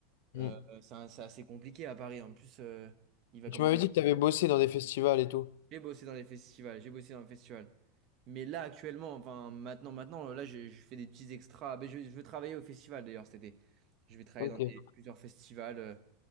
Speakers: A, on the left (about 65°); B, on the right (about 35°).
A: Mm.
B: Euh, euh, c'est un- c'est assez compliqué à Paris. En plus, euh, il va commencer.
A: Tu m'avais dit que t'avais bossé dans des festivals et tout.
B: J'ai bossé dans les festivals, j'ai bossé dans les festivals. Mais là, actuellement, enfin, maintenant, maintenant, là, je, je fais des petits extras. Mais je, je veux travailler au festival d'ailleurs cet été. Je vais travailler
A: Ok.
B: dans des- plusieurs festivals euh,